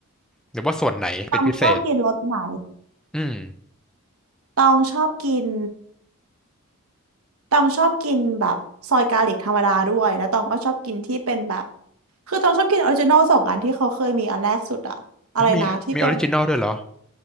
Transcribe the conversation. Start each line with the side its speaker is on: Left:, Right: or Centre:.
Centre: หรือว่าส่วนไหนเป็นพิเศษ
Right: ตองชอบกินรสไหน
Centre: อืม
Right: ตองชอบกินตองชอบกินแบบซอยกาลิกธรรมดาด้วยแล้วตองก็ชอบกินที่เป็นแบบคือตองชอบกินออริจินอลสองอันที่เขาเคยมีอันแรกสุดอะอะไรนะที่เป็น
Centre: แล้วมีมีออริจินอลด้วยเหรอ